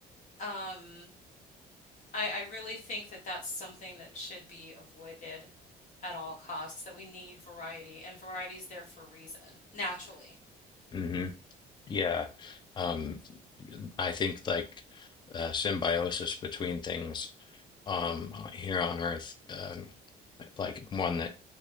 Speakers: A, on the left (about 45°); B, on the left (about 25°).
A: Um, I, I really think that that's something that should be avoided at all costs, that we need variety, and variety's there for a reason, naturally.
B: Mm-hmm. Yeah. Um, I think like uh, symbiosis between things um, uh, here on Earth, um, like one that